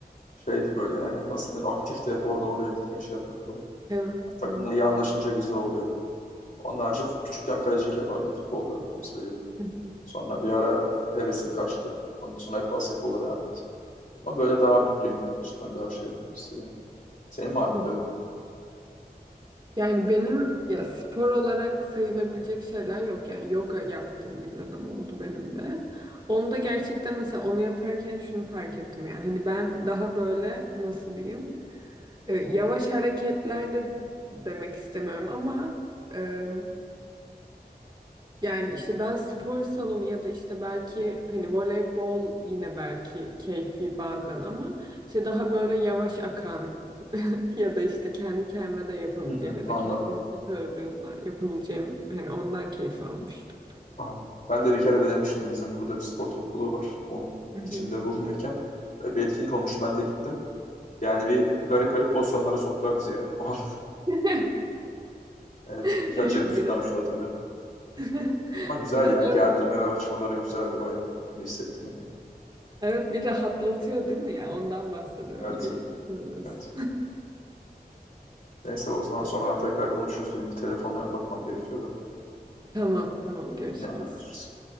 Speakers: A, on the left; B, on the right.
A: şeydi böyle yani nasıl denir aktifti hep oradan oraya gitmek şey yapmak falan.
B: Evet.
A: Yani Takımla
B: hı
A: iyi anlaşınca güzel oluyor. Onun harici fu- küçükken kalecilik yapardım futbolda. Onu seviyordum.
B: hı hı,
A: Sonra bir ara hevesim kaçtı. Ondan sonra hep basketbola devam etti. Ama böyle daha mutluyum yani. Cidden daha şey yapıyorum hissediyorum. Senin var mıydı
B: hı hı.
A: öyle?
B: Yani benim ya spor olarak sayılabilecek şeyler yok. Yani yoga yaptığım bir dönem oldu benim de. Onu da gerçekten mesela onu yaparken şunu fark ettim ya. Hani ben daha böyle nasıl diyeyim? E, Yavaş hareketler de demek istemiyorum ama e, yani işte daha spor salonu ya da işte belki hani voleybol yine belki keyfi bazen ama işte daha böyle yavaş akan <laughs> ya da işte kendi kendime de yapabileceğim
A: Hmm.
B: ya
A: Anladım.
B: da kendi vücut ağırlığımla yapabileceğim hani ondan keyif almıştım.
A: Anladım. Ben de bir kere denemiştim. Bizim burada bir spor topluluğu var. Onun
B: Hı
A: içinde
B: hı.
A: <laughs> bulunuyorken e, bir etkinlik olmuştu. Ben de gittim. Yani bir garip garip pozisyonlara soktular bizi ya. O an,
B: <laughs>
A: <laughs> evet.
B: Evet,
A: Birkaç yerim tutlamıştı
B: biraz
A: hatırlıyorum.
B: <laughs>
A: Ama güzel
B: biraz
A: ya. Gerdirme
B: öyle.
A: ve açmaları güzeldi bayağı. Onu hissettim yani.
B: Evet bir rahatlatıyor değil mi ya ondan bahsediyorum
A: Evet.
B: bir şey oluyorsun.
A: Evet. Neyse o zaman sonradan tekrar konuşuruz. Benim bir telefona bakmam gerekiyor da.
B: Tamam tamam görüşürüz.
A: Yine haberleşiriz.